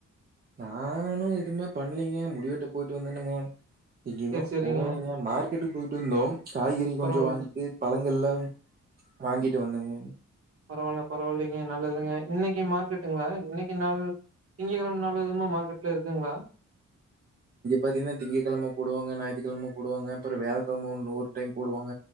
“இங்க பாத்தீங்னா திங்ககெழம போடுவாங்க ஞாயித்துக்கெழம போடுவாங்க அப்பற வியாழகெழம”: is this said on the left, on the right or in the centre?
Right